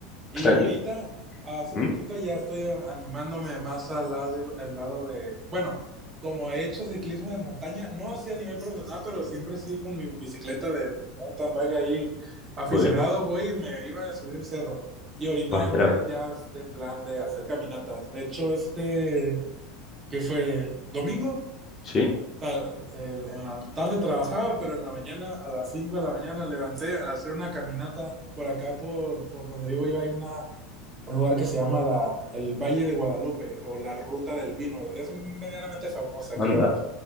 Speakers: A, on the right (about 30°); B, on the left (about 30°).
A: y
B: Ostras,
A: ahorita,
B: yo-
A: hace
B: mm,
A: poquito, ya estoy animándome más al lado, al lado de, bueno, como he hecho ciclismo de montaña, no así a nivel profesional, pero siempre sí con mi bicicleta de mountain bike ahí aficionado,
B: Joder.
A: voy y me iba a subir el cerro. Y ahorita
B: Ostras.
A: ando ya en plan de hacer caminatas. De hecho, este, que fue domingo, o
B: Sí,
A: sea, el- en la tarde trabajaba, pero en la mañana, a las 5 de la mañana, levanté a hacer una caminata por acá, por, por donde vivo yo, hay una un lugar que se llama la, el Valle de Guadalupe o la Ruta del Vino. Es medianamente famosa, creo.
B: anda.